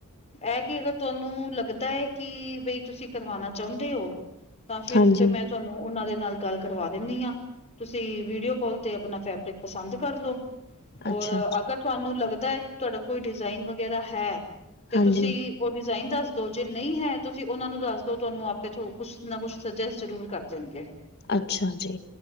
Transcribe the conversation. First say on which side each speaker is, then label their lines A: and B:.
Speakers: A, on the left; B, on the left.
A: ਇਹ ਕਿ ਅਗਰ ਤੁਹਾਨੂੰ ਲੱਗਦਾ ਹੈ ਕਿ ਬਈ ਤੁਸੀਂ ਕਰਵਾਣਾ ਚਾਹੁੰਦੇ ਹੋ ਤਾਂ ਫਿਰ
B: ਹਾਂਜੀ
A: ਤੇ ਮੈਂ ਤੁਹਾਨੂੰ ਉਹਨਾਂ ਦੇ ਨਾਲ ਗੱਲ ਕਰਵਾ ਦਿੰਦੀ ਹਾਂ ਤੁਸੀਂ ਵੀਡੀਓ ਕਾਲ ਤੇ ਆਪਣਾ ਫੈਬਰਿਕ ਪਸੰਦ ਕਰ ਲਓ ਔਰ
B: ਅੱਛਾ ਅੱਛਾ
A: ਅਗਰ ਤੁਹਾਨੂੰ ਲੱਗਦਾ ਹੈ ਤੁਹਾਡਾ ਕੋਈ ਡਿਜ਼ਾਇਨ ਵਗੈਰਾ ਹੈ ਤੇ
B: ਹਾਂਜੀ,
A: ਤੁਸੀਂ ਉਹ ਡਿਜ਼ਾਇਨ ਦੱਸ ਦੋ ਜੇ ਨਹੀਂ ਹੈ ਤੁਸੀਂ ਉਹਨਾ ਨੂੰ ਦੱਸ ਦੋ ਤੁਹਾਨੂੰ ਆਪੇ ਥੋ ਕੁੱਛ ਨਾ ਕੁਛ ਸਜੈਸਟ ਜ਼ਰੂਰ ਕਰ ਦਿੰਦੇ
B: ਅੱਛਾ ਜੀ,